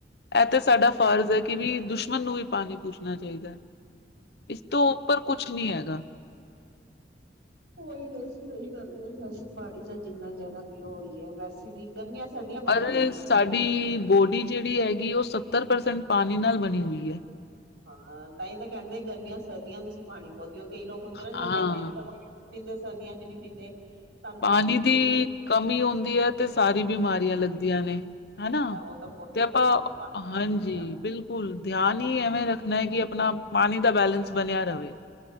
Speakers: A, on the left (about 65°); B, on the right (about 80°).
A: ਇਹ ਤੇ ਸਾਡਾ ਫਰਜ਼ ਐ ਕਿ ਵੀ ਦੁਸ਼ ਮਨ ਨੂੰ ਵੀ ਪਾਣੀ ਪੁੱਛਣਾ ਚਾਹੀਦੈ। ਇਸ ਤੋਂ ਉੱਪਰ ਕੁਛ ਨੀ ਹੈਗਾ।
B: ਔਈ ਬਸ ਸਈ ਗੱਲ ਐ ਵੈਸੇ ਪਾਣੀ ਤਾਂ ਜਿੰਨਾ ਜ਼ਿਆਦਾ ਪੀਔ ਔਈ ਐ ਵੈਸੇ ਵੀ ਗਰਮੀਆਂ ਸਰਦੀਆਂ ਪਾਣੀ
A: ਪਰ
B: ਪੀਣਾ ਚਾਹੀਦਾ
A: ਸਾਡੀ ਬੋਡੀ ਜਿਹੜੀ ਹੈਗੀ ਉਹ ਸੱ ਤਰ ਪ੍ਰਸੈਂਟ ਪਾਣੀ ਨਾਲ ਬਣੀ ਹੋਈ ਐ।
B: ਹਾਂ ਤਾਂਈ ਤਾਂ ਕੈਂਦੇ ਗਰਮੀਆਂ-ਸਰਦੀਆਂ ਤੁਸੀਂ ਪਾਣੀ ਬੋਤ ਜੋ ਕਈ ਲੋਕ ਹੁੰਦੇ ਨਾ ਜਿਵੇਂ
A: ਹਾਂ
B: ਗਰਮੀਆਂ ਚ <unintelligible> ਪੀਦੇ ਸਰਦੀਆਂ ਚ ਨਈ ਪੀਂਦੇ। ਸਾਨੂੰ
A: ਪਾਣੀ
B: ਪਿਆਸ ਨੀ
A: ਦੀ
B: ਲੱਗਦੀ
A: ਕਮੀ ਹੁੰਂਦੀ ਹੈ ਤੇ ਸਾਰੀ ਬਿਮਾਰੀਆਂ ਲੱਗਦੀਆਂ ਨੇ ਹੈਨਾ
B: ਉਹ ਤਾਂ ਬਹੁਤ ਨੁਕਸਾਨ
A: ਤੇ ਆਪਾਂ
B: ਹੈ ਪਾਣੀ ਪੂਣੀ
A: ਹਾਂਜੀ
B: ਦਾ
A: ਬਿਲਕੁਲ ਧਿਆਨ ਈ ਐ ਰੱਖਣਾ ਐ ਕਿ ਆਪਣਾ ਪਾਣੀ ਦਾ ਬੈਲੈਂਸ ਬੰਨਿਆ ਰਵੇ।